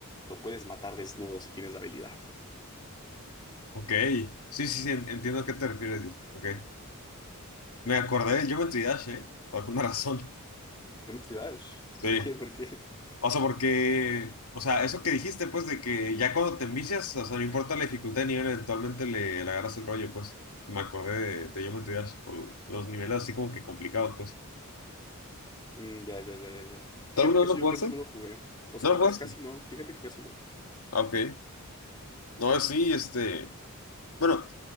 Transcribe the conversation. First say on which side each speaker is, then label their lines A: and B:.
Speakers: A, on the left; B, on the left.
A: lo puedes matar desnudo si tienes la habilidad.
B: Ok, sí, sí, sí, en- entiendo a qué te refieres. Ok, me acordé del Geometry Dash, ¿eh? Por alguna <laughs> razón.
A: ¿Qué me
B: Sí,
A: ¿Por qué? ¿Por qué?
B: o sea, porque, o sea, eso que dijiste, pues, de que ya cuando te envicias, o sea, no importa la dificultad de nivel, eventualmente le, le agarras el rollo, pues. Y me acordé de, de Geometry Dash por los niveles así como que complicados, pues.
A: Mm, ya, ya, ya, ya, ya.
B: ¿Tú
A: Fíjate
B: alguna
A: que
B: vez
A: sí,
B: lo jugaste?
A: yo casi no lo jugué. O sea,
B: No lo jugaste.
A: casi, casi no. Fíjate que casi no.
B: Ah, Ok, no, sí, este. Bueno.